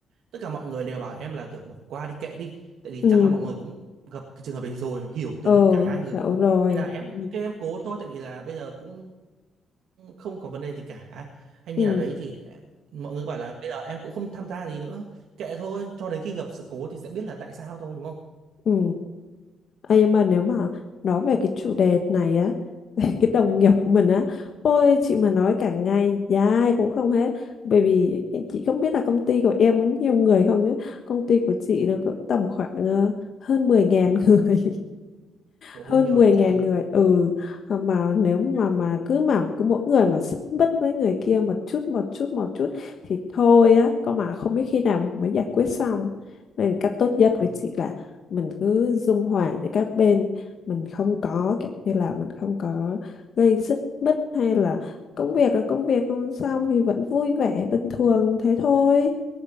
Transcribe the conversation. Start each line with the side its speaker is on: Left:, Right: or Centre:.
Right: tất cả mọi người đều bảo em là kiểu bỏ qua đi kệ đi tại vì
Left: ừ,
Right: chắc là mọi người cũng gặp cái trường hợp đấy rồi hiểu tính
Left: ờ,
Right: cả hai người
Left: hiểu rồi.
Right: nên là em
Left: Ừ,
Right: cũng ok em cố thôi tại vì là bây giờ cũng không có vấn đề gì cả hay như
Left: ừ,
Right: nào đấy thì mọi người bảo là bây giờ em cũng không tham gia gì nữa kệ thôi cho đến khi gặp sự cố thì sẽ biết là tại sao thôi đúng không
Left: ừ. Ê, nhưng mà nếu mà nói về cái chủ đề này á <laughs> về cái đồng nghiệp của mình á ôi chị mà nói cả ngày dài cũng không hết bởi vì chị không biết là công ty của em có nhiều người không chứ công ty của chị nó có tầm khoảng ờ, hơn 10.000 <laughs> người
Right: Trời
Left: hơn
Right: ơi nhiều
Left: mười
Right: đấy chị
Left: ngàn người ừ Ờ, mà nếu mà mà cứ mà cứ mỗi người mà xích mích với người kia một chút một chút một chút thì thôi á có mà không biết khi nào mới giải quyết xong nên cách tốt nhất
Right: Vâng.
Left: với chị là mình cứ dung hòa giữa các bên mình không có kiểu như là mình không có gây xích mích hay là công việc là công việc không xong thì vẫn vui vẻ bình thường thế thôi